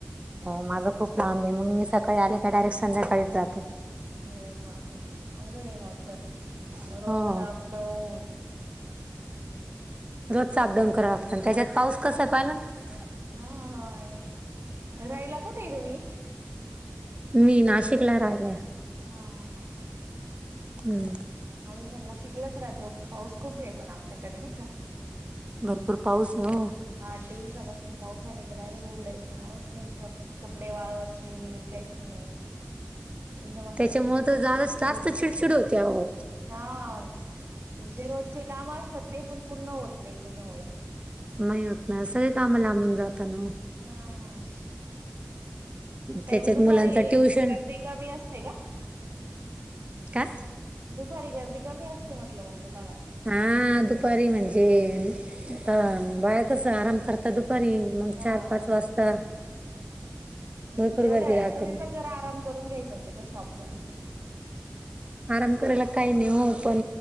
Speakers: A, on the right; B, on the right.
A: हो माझं खूप लांब आहे, मग मी सकाळी आले का डायरेक्ट संध्याकाळीच जाते.
B: अरे बापरे! अवघड य मगतर,
A: हो
B: रोजचं अपडाऊन.
A: रोजच अपडाऊन कराव लागतं, त्याच्यात पाऊस कसा आहे पाहिलाना.
B: ह हा, रायला कुठे आहे तुम्ही?
A: मी नाशिकला राहिला आय.
B: हा ह हा हा.
A: हम्म.
B: आम्ही पण नाशिकलाच राहतो, पाऊस खूप आहे पण आपल्याकडे, नाही का.
A: भरपूर पाऊस, हो.
B: आठ दिवसापासून पावसाने तर डायरेक्ट उघडायचं नावच नाही इथं. कपडे वाळवत नाही, काहीच नाही. एकदम अस
A: त्याच्यामुळे
B: चिक
A: तर
B: चिक
A: जादा
B: चिक चक
A: जास्त
B: होतं.
A: चिडचिड होते अहो.
B: हा म्हणजे रोजचे काम असतात ते पण पूर्ण होत नाही त्याच्यामुळे.
A: नाही होत ना, सगळी कामं लांबून जात ना ओ.
B: हा हा, काय
A: त्याच्यात
B: मग दुपारी
A: मुलांच ट्युशन
B: गर्दी कमी असते का.
A: काय?
B: दुपारी गर्दी कमी असते म्हटलं मग दुकानात.
A: हा, दुपारी म्हणजे, आता बाया कस आराम करतात दुपारी. मग
B: हा
A: चार
B: हा
A: पाच वाजता
B: मग
A: भरपूर
B: तेवढ्या
A: गर्दी
B: वेळात
A: राहते
B: तुम्ही
A: मग
B: पण जरा आराम करून घ्यायचं न तिथ शॉपमध्येच.
A: आराम करायला काही नाही ओ, पण